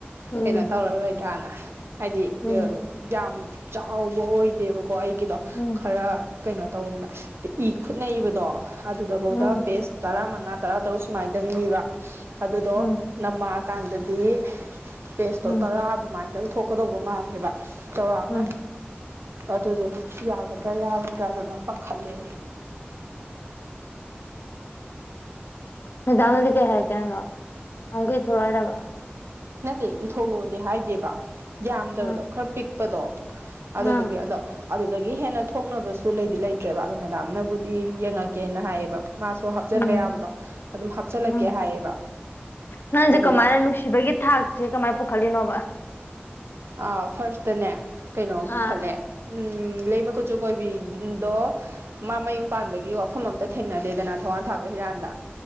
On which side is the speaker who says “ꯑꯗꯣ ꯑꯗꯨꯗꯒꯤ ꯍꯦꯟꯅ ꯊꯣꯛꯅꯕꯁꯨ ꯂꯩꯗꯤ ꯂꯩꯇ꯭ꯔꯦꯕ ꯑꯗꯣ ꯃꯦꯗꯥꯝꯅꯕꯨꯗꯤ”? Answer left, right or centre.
Right